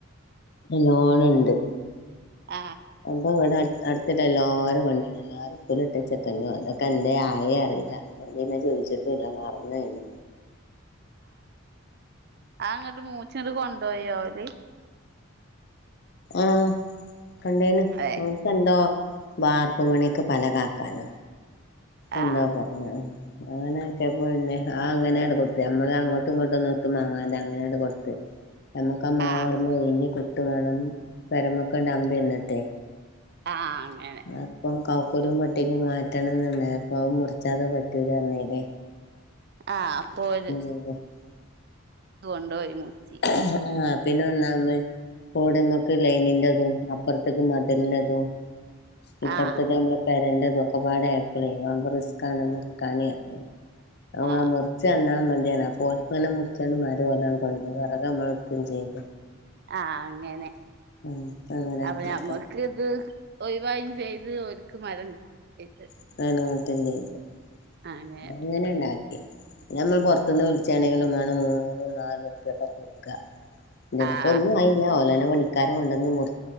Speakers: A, on the left; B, on the right.
A: നല്ലോണം ഇണ്ട്.
B: ആഹ്
A: അപ്പ ഇവിടെ അടുത്ത് അടുത്ത് എല്ലരും കണ്ടില്ല എല്ലാവരും ഉപ്പിലിട്ട ചെക്കന്നും അതൊക്കെ എന്താ ആയേ അറിയില്ല അത് പിന്നെ ചോദിച്ചിട്ട് എല്ലാം പറഞ്ഞു കഴിഞ്ഞു
B: ആഹ് അങ്ങനട്ട് മൂച്ചിന് കൊണ്ടു പോയോ അവര്
A: ആഹ് കണ്ടേന
B: ഏ
A: അവർക്കു ന്തോ വാർപ്പ് പണിക്ക് പലക ആക്കാൻ എന്താ
B: ആഹ്
A: പറഞ്ഞ അങ്ങന ആക്കെപ്പോ പിന്നെ ആ അങ്ങനെയാണ് കൊടുത്ത് നമ്മള് അങ്ങോട്ടും ഇങ്ങോട്ടും ഒന്നും ഒത്തും മാങ്ങാത അങ്ങനെയാട്ട്കൊടുത്ത്
B: <inaudible>
A: നമ്മുക്ക് ആ മാവ്
B: ആഹ്
A: അവിടന്ന് ഒഴിഞ്ഞ് കിട്ടിം വേണം പെരമൊക്കണ്ട അമ്പിന്നട്ടെ
B: ആഹ് അങ്ങനെ
A: അപ്പൊ കൗക്കൂരും പട്ടി കിംമാറ്റണംന്നുണ്ടായപ്പൊ അത് മുറിച്ചാതെ പറ്റൂലർ ഞ്ഞിലെ
B: ആഹ് അപ്പോ ഒരു
A: <inaudible>
B: ഇത് കൊണ്ടോയി മൂച്ചി
A: ആഹ് ആഹ് പിന്നെ ഒന്നാ മത്ഓടമ്മക്ക് ലൈനിൻറതും അപ്പുറത്തേക്ക് മതിലിന്റെതും ഇപ്പഴത്തെ
B: ആഹ്
A: ടൈമില് വരണ്ടതൊക്കെപാടേ ലീവാവ്മ്പോ റിസ്ക്കാണ് നിക്കാന് <unintelligible>
B: ആഹ്
A: ച്ചന്നെ മതിയാർന്ന് അപ്പോ ങ്ങനെ മുറിച്ചാണ്ട് മരം അതാണ് <unintelligible> വെറക് നമ്മൾ എടുക്കേം ചെയ്ത്
B: ആഹ് അങ്ങനെ
A: ഉം അങ്ങനെ
B: അപ്പൊ
A: ആക്കിയൊക്കെ
B: ഞമ്മക് ക്ക് ഇത് ഒഴിവായും ചെയ്ത് ഓര്ക്ക് മരം കിട്ടേം ചെയ്ത്
A: <unintelligible>
B: അങ്ങനെ
A: അങ്ങനെണ്ടാക്കി ഞമ്മൾ പൊറത്തുന്ന് വിളി ച്ചാണെങ്കില് <unintelligible>
B: ആഹ്
A: ഇപ്പോ ഒന്നും ആയില്ല ഓല് തന്നെ പണി ക്കാരെ കൊണ്ടന്ന് മുറി